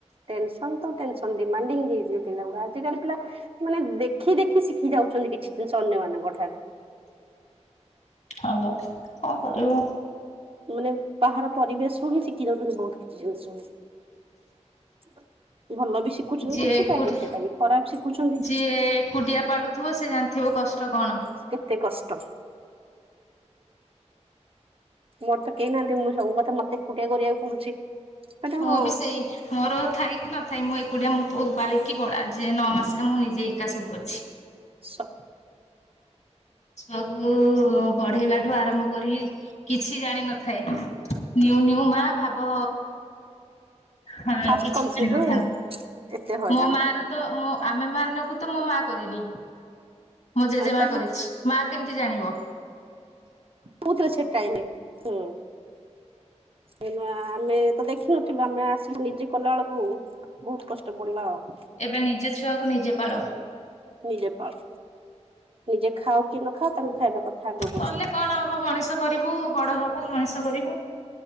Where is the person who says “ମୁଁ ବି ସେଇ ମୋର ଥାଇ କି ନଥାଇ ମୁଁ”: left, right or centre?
Left